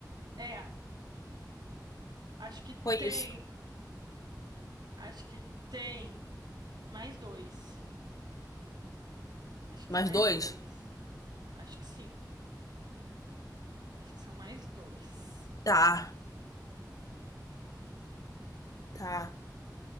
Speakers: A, on the right; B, on the left.
A: É, acho que
B: Foi
A: tem,
B: isso.
A: acho que tem. Mais dois. Acho que
B: Mais
A: tem mais
B: dois?
A: dois. Acho que sim. Acho que são mais dois.
B: Tá, tá.